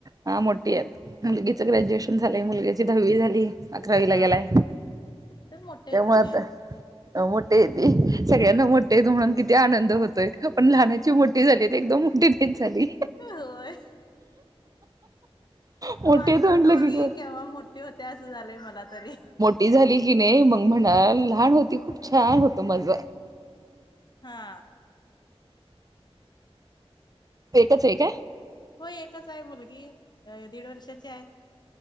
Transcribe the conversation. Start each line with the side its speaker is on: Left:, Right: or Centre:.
Right: हा मोठी आहे मुलगीच ग्रॅज्युएशन झालंय मुलगी दहावी झाली अकरावी
Left: हा
Right: ला गेलाय
Left: मोठे आहेत
Right: ते मत
Left: की
Right: मोठे येत सगळ्यांना मोठ म्हणून किती आनंद होतोय पण लहानाची मोठी झाली ते एकदम मोठी नाहीच झाली
Left: होय
Right: मोठी
Left: माझी
Right: आहेत म्हटलं
Left: तर मुलगी
Right: की
Left: केव्हा मोठी होते असं झालंय मला तरी
Right: ी झाली की नाही मग म्हणाल लहान होती खूप छान होत माझं
Left: हा
Right: एकच एक आहे
Left: हो एकच आहे मुलगी दीड वर्षाची आहे